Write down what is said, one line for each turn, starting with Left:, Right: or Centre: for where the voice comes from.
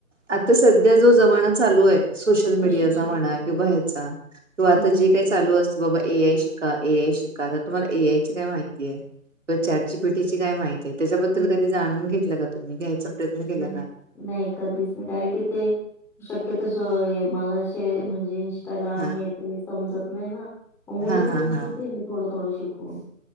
Right: आता सध्या जो जमाना चालू आहे सोशल
Centre: तो
Right: मीडियाचा
Centre: शिक्षण
Right: म्हणा
Centre: हं,
Right: किंवा ह्याचा किंवा
Centre: हं,
Right: आता जे
Centre: हं,
Right: काही चालू अस बाबा ए आय शिका, ए आय शिका तर तुम्हाला ए आय ची काय माहिती आहे. किंवा चॅट जी पी टी ची काय माहिती आहे त्याच्याबद्दल
Centre: हं,
Right: कधी जाणून घेतलं का तुम्ही घ्यायचा प्रयत्न केला
Centre: हं.
Right: का!
Centre: नाही कधीच नाही. कारण की ते शक्य तस मला म्हणजे इस्टाग्राम
Right: हा
Centre: हे ते समजत नाही ना म मुलीकडून
Right: हा हा
Centre: घेते
Right: हा
Centre: मी थोडं थोडं शिकून